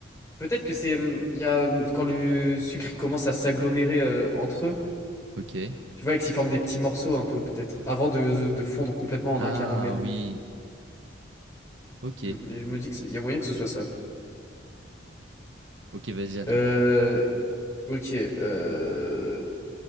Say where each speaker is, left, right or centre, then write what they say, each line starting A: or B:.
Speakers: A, on the left; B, on the right.
A: Peut-être que c'est. hum, Il y a. hum, Quand le sucre il commence à s'agglomérer euh, entre eux,
B: Ok.
A: tu vois, et qu'ils forment des petits morceaux un peu, peut-être, avant de, de fondre complètement en
B: Ah
A: un caramel.
B: oui. Ok.
A: Mais je me dis qu'il y a moyen que ce soit ça.
B: Ok, vas-y à toi.
A: Euh. Ok, euh...